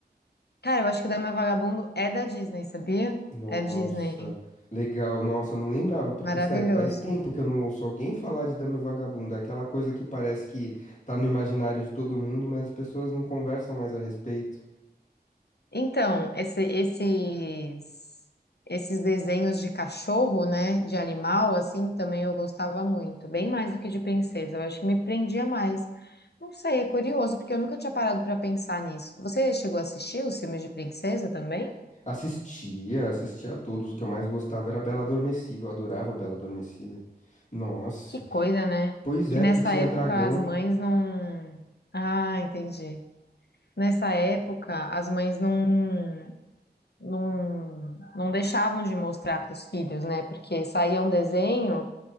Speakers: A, on the left; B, on the left.
A: Cara, eu acho que o Dama e o Vagabundo é da Disney, sabia?
B: Nossa,
A: É Disney.
B: legal. Nossa, eu não lembrava, porque
A: Maravilhoso.
B: sério, faz tempo que eu não ouço alguém falar de Dama e o Vagabundo. É aquela coisa que parece que tá no imaginário de todo mundo, mas as pessoas não conversam mais a respeito.
A: Então, esse- esses, esses desenhos de cachorro, né? De animal, assim, também eu gostava muito. Bem mais do que de princesa. Eu acho que me prendia mais. Não sei, é curioso, porque eu nunca tinha parado pra pensar nisso. Você chegou a assistir os filmes de princesa também?
B: Assistia, assistia a todos. O que eu mais gostava era Bela Adormecida. Eu adorava Bela Adormecida. Nossa.
A: Que coisa, né?
B: Pois
A: Que
B: é,
A: nessa
B: porque tinha
A: época
B: dragão.
A: as mães não. Ah, entendi. Nessa época, as mães não não, não deixavam de mostrar para os filhos, né? Porque saía um desenho